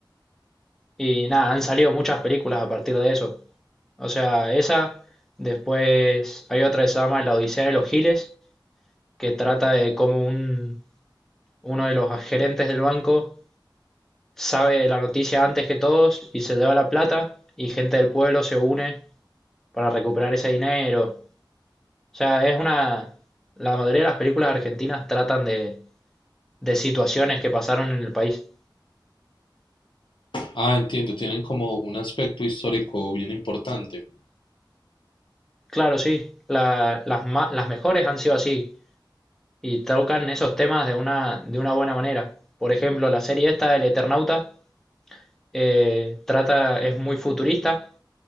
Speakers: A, in the centre; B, on the left (about 80°).
A: Y nada, han salido muchas películas a partir de eso. O sea, esa, después hay otra que se llama La Odisea de los Giles, que trata de cómo un, uno de los gerentes del banco sabe la noticia antes que todos y se lleva la plata y gente del pueblo se une para recuperar ese dinero. O sea, es una... La mayoría de las películas argentinas tratan de, de situaciones que pasaron en el país.
B: Ah, entiendo, tienen como un aspecto histórico bien importante.
A: Claro, sí, la- las, ma- las mejores han sido así. y tocan esos temas de una, de una buena manera. Por ejemplo, la serie esta, El Eternauta, eh, trata, es muy futurista,